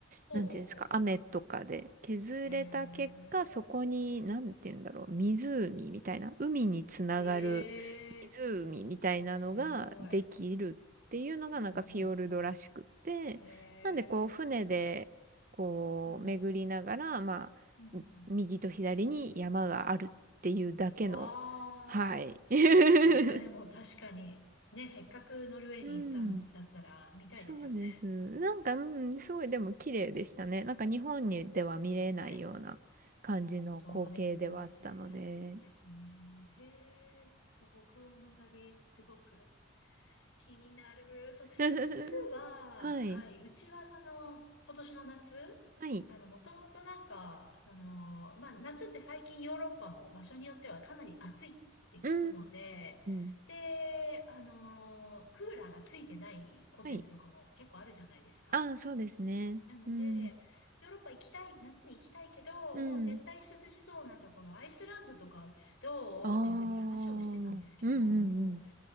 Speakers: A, on the left; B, on the right.
A: ほうほうほ
B: なんていうんですか、雨とかで削れた結果、
A: う。へえ。
B: そこに、なんていうんだろう、湖みたいな、海につながる
A: へえ。
B: 湖みたいなのができるっていうのが、
A: すごい。うん、
B: なんかフィヨルドらしくって、
A: うん、うん。へえ。
B: なんでこう、船で、こう、
A: ほうほうほ
B: 巡りながら、まあ、
A: う。うん、うん。
B: 右と左に山があるっていうだけの、
A: わーあ。
B: はい。<laughs>
A: それはでも確かに、ね、せっかくノルウェーに行ったんだったら見たいですよね。
B: うん。そうです。なんか、うん、
A: うん
B: すごいでも綺麗でしたね。なんか日本にでは見れないような感じの光景ではあったので。
A: はい。そうですね。あ、いいですね。へえ、ちょっと北欧の旅、すごく気になる。そう、
B: <laughs>
A: じゃ実は、
B: はい。
A: はい、うちはその、今年の夏、
B: はい。
A: あの、もともとなんか、その、まあ、夏って最近ヨーロッパも場所によってはかなり暑いって聞くので、
B: うーん。
A: で、あの、クーラーがついてないホテルとかも結構あるじゃないですか。
B: はい。ああ、そうですね。
A: なので、
B: うん。
A: ヨーロッパ行きたい、夏に行きたいけど、
B: うん。
A: もう絶対涼しそうなところ、アイスランドとかどうっていうふうに話をしてたんですけど、
B: ああ。うんうんうん。
A: もう、